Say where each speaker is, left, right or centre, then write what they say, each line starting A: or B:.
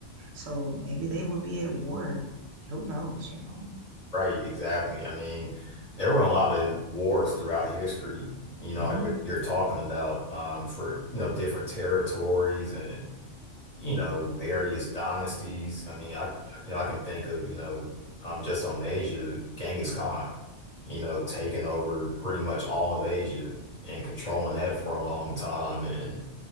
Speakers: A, on the right; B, on the left.
A: So maybe they would be at war. Who knows, you know.
B: Right, exactly. I mean, there were a lot of wars throughout history, you know,
A: Mhm.
B: like what you're talking about, um, for, you know, different territories and you know, various dynasties. I mean, I you know, I can think of, you know, um just on Asia, Genghis Khan, you know, taking over pretty much all of Asia and controlling that for a long time. And,